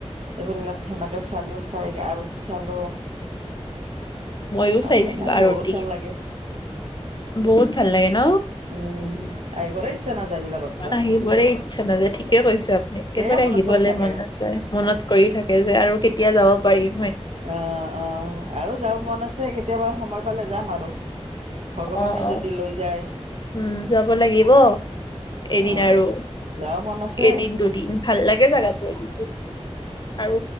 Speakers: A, on the right; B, on the left.
A: এইবিলাক সেনেকে চালো, চাই আৰতি চালো।
B: মইয়ো
A: চাই
B: চাইছিলো
A: কেনে
B: আৰতি
A: বহুত ভাল লাগে। <inaudible>
B: বহুত ভাল লাগে ন?
A: উম, আহিবৰে ইচ্ছা নাযায়। এইবিলাকৰ পৰা
B: আহিবৰে ইচ্ছা নাযায়, ঠিকে কৈছে আপুনি। একেবাৰে
A: সেয়ে মনত
B: আহিবলে
A: পৰি থাকে
B: মন নাযায়, মনত পৰি থাকে যে আৰু কেতিয়া যাব। পাৰি।
A: অ, অ আৰু যাব মন আছে। কেতিয়াবা সময় পালে যাম আৰু। ভগৱানে
B: অ, অ
A: যদি লৈ যায়
B: উম যাব লাগিব। এদিন
A: আহ
B: আৰু
A: যাব মন আছে
B: এদিন দুদিন ভাল লাগে জাগাটো এদিন। আৰু